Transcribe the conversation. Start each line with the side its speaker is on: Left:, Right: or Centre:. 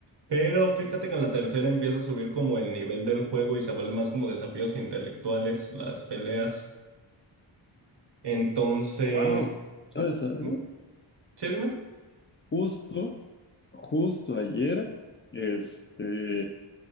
Right: pero fíjate que en la tercera empieza a subir como el nivel del juego y se vuelven más como desafíos intelectuales las peleas. Entonces,
Left: Wow, ¿sabes algo?
Right: Ujú. sí, dime.
Left: Justo, justo ayer, este...